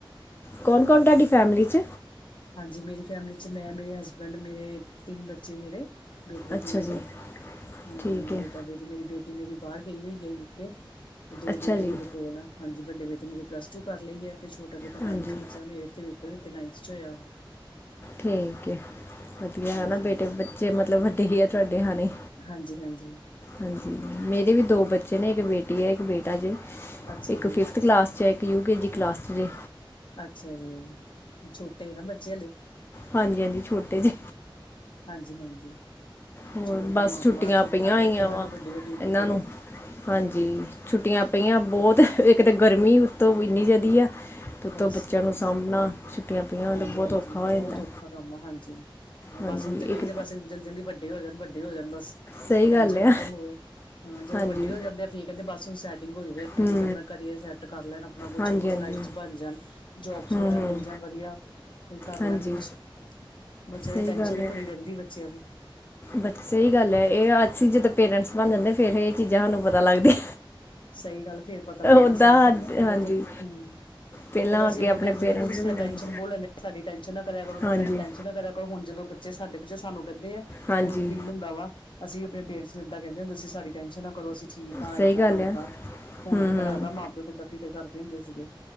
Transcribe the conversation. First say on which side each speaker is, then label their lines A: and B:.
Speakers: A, on the left; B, on the left.
A: ਕੌਣ-ਕੌਣ ਤੁਆਡੀ ਫੈਮਿਲੀ ਚ
B: ਹਾਂਜੀ, ਮੇਰੀ ਫੈਮਲੀ ਚ ਮੈਂ, ਮੇਰੇ ਹਸਬੈਂਡ, ਮੇਰੇ ਤਿੰਨ ਬੱਚੇ ਮੇਰੇ। ਬੇਟ ਬੇਟੀ
A: ਅੱਛਾ
B: ਮੇਰੇ
A: ਜੀ
B: ਹਾਂ,
A: ਠੀਕ ਹੈ
B: ਬੇਟਾ-ਬੇਟੀ ਮੇਰੀ ਬੇਟੀ ਮੇਰੀ ਬਾਹਰ ਗਈ ਹੋਈ ਐ ਯੁਕੇ। ਤੇ ਦੋ
A: ਅੱਛਾ
B: ਬੇਟੇ
A: ਜੀ
B: ਮੇਰੇ ਕੋਲ ਆ ਹਾਂਜੀ, ਵੱਡੇ ਬੇਟੇ ਮੇਰੇ ਪਲੱਸ ਟੂ ਕਰ ਲਈ ਆ ਤੇ ਛੋਟ ਟਾ ਬੇਟਾ ਨਾਈਂਥ
A: ਹਾਂਜੀ
B: ਵਿੱਚ ਆ, ਏਠਥ ਦੇ ਪੇਪਰ ਦੀਤੇ, ਨਾਈਂਥ ਚ ਹੋਇਆ।
A: ਠੀਕ ਏ, ਵਦੀਆ
B: ਹਾਂਜੀ
A: ਹੈਨਾ ਬੇਟੇ ਬੱਚੇ ਮਤਲਬ ਵੱਡੇ ਹੀ ਆ ਤੁਆਡੇ ਹਾਣੀ।
B: ਹਾਂਜੀ-ਹਾਂਜੀ।
A: ਹਾਂਜੀ, ਮੇਰੇ ਵੀ ਦੋ ਬੱਚੇ ਨੇ ਇੱਕ ਬੇਟੀ ਐ, ਇੱਕ ਬੇਟਾ ਜੇ।
B: ਅੱਛਾ
A: ਇੱਕ
B: ਜੀ
A: ਫਿਫਥ ਕਲਾਸ ਚ ਐ, ਇੱਕ ਯੁ ਕੇ ਜੀ ਕਲਾਸ ਚ ਦੇ।
B: ਅੱਛਾ ਜੀ, ਛੋਟੇ ਨਾ ਬੱਚੇ ਹਲੇ।
A: ਹਾਂਜੀ-ਹਾਂਜੀ, ਛੋਟੇ ਜੇ।
B: ਹਾਂਜੀ-ਹਾਂਜੀ,
A: ਹੋਰ
B: ਚਲੋ
A: ਬਸ
B: ਪਰਮਾਤਮਾ
A: ਛੁੱਟੀਆਂ
B: ਠੀਕ-ਠਾਕ
A: ਪਈਆਂ ਹੋਈਆਂ
B: ਰੱਖੇ ਇਹਨਾਂ
A: ਵਾ
B: ਨੂੰ ਵੱਡੀ- ਵੱਡੀ ਉਮਰ
A: ਇਹਨਾਂ
B: ਕਰੇ।
A: ਨੂੰ ਹਾਂਜੀ, ਛੁੱਟੀਆਂ ਪਈਆਂ ਬੌਤ ਇੱਕ ਤੇ ਗਰਮੀ ਉੱਤੋਂ ਇੰਨੀ ਜੈਦੀ ਆ ਉੱਤੋਂ
B: ਬਸ
A: ਬੱਚਿਆਂ ਨੂੰ ਸਾਂਭਣਾ ਛੁੱਟੀਆਂ ਪਈਆਂ ਹੋਣ
B: ਹਾਂਜੀ-ਹਾਂਜੀ
A: ਤਾਂ ਬਹੁਤ
B: ਬਹੁਤ
A: ਹੋ ਜਾਂਦਾ
B: ਔਖਾ ਕੰਮ ਆ ਹਾਂਜੀ, ਹਾ
A: ਹਾਂਜੀ
B: ਬਸ ਹੁਣ ਤੇ ਕਹਿੰਦੇ
A: ਇੱਕ
B: ਬਸ ਜਲਦੀ-ਜਲਦੀ ਵੱਡੇ ਹੋ ਜਾਣ-ਵੱਡੇ ਹੋ ਜਾਣ ਬਸ।
A: ਸਹੀ
B: ਪੈਂਚਰ
A: ਗੱਲ ਆ
B: ਖਤਮ ਹੋਵੇ। ਹਾਂ, ਜਦੋਂ
A: ਹਾਂਜੀ
B: ਵੱਡੇ ਹੋ ਜਾਂਦੇ ਆ ਫੇਰ ਕਹਿੰਦੇ ਬਸ ਸੈਟਿੰਗ ਹੋ ਜਾਵੇ
A: ਹੂੰ
B: ਆਪਣਾ ਕਰੀਅਰ ਸੈਟ ਕਰ ਲੈਣ ਆਪਣਾ ਕੁਛ
A: ਹਾਂਜੀ
B: ਨਾ ਕੁਛ
A: ਹਾਂਜੀ
B: ਲਾਈਫ ਚ ਬਣ ਜਾਣ, ਜੋਬਸ
A: ਹੂੰ
B: ਵਗੈਰਾ
A: ਹੂੰ
B: ਮਿਲ ਜਾਣ ਵਧੀਆ। ਕੋਈ ਕਰ
A: ਹਾਂਜੀ
B: ਲੈਣ ਕੁਛ ਬੱਚਿਆਂ
A: ਸਹੀ
B: ਦੀ ਟੈਨਸ਼ਨ
A: ਗੱਲ
B: ਹੀ
A: ਹੈ
B: ਬੜੀ ਰਹਿੰਦੀ ਬੱਚਿਆਂ ਦੀ।
A: ਬਚ ਸਹੀ ਗੱਲ ਹੈ ਇਹ ਅੱਸੀ ਜਦੋਂ ਪੇਰੈਂਟਸ ਬਣ ਜਾਂਦੇ ਫੇਰ ਇਹ ਚੀਜ਼ਾਂ ਸਾਨੂੰ ਪਤਾ ਲੱਗਦੀਆਂ।
B: ਸਈ ਗੱਲ ਫੇਰ ਪਤਾ ਲੱਗਦਾ,
A: ਉੱਦਾਂ
B: ਸਈ ਗੱਲ ਐ ਪੈਲਾਂ
A: ਹਾਂਜੀ
B: ਤੇ ਹੂੰ,
A: ਪਹਿਲਾਂ
B: ਪੈਲਾਂ ਅਸੀਂ
A: ਅੱਗੇ
B: ਆਪਣੇ ਪੇਰੈਂਟਸ ਨੂੰ ਕਹਿੰਦੇ ਤੁਸੀਂ
A: ਹੁੰਦਾ
B: ਸਾਡੇ ਟਾਈਮ
A: ਸੀ
B: ਸ਼ਨ ਬੋਲ ਲੈਂਦੇ, ਸਾਡੀ ਟੈਨਸ਼ਨ ਨਾ ਕਰਿਆ ਕਰੋ,
A: ਹਾਂਜੀ
B: ਸਾਡੀ ਟੈਂਨਸ਼ਨ ਨਾ ਕਰਿਆ ਕੋ ਹੁਣ ਜਦੋਂ ਬੱਚੇ ਸਾਡੇ ਵਿੱਚ ਸਾਨੂੰ ਕਹਿੰਦੇ ਐ,
A: ਹਾਂਜੀ
B: ਹੁਣ ਫੀਲ ਹੁੰਦਾ ਵਾ ਅਸੀਂ ਅਪਣੇੇ ਪੇਰੈਂਟਸ ਨੂੰ ਇੱਦਾ ਕਹਿੰਦੇ ਹੁੰਦੇ ਸੀ ਸਾਡੀ ਟੈਂਨਸ਼ਨ ਨਾ ਕਰੋ ਅਸੀ ਠੀਕ ਆ,
A: ਸਹੀ
B: ਏਦਾ
A: ਗੱਲ
B: ਆ ਓ ਦਾ, ਹੁਣ
A: ਹੂੰ
B: ਪਤਾ
A: ਹੂੰ
B: ਲੱਗਦਾ ਮਾਂ ਪਿਓ ਕਿੱਦਾਂ ਫਿਕਰ ਕਰਦੇ ਹੁੰਦੇ ਸੀਗੇ।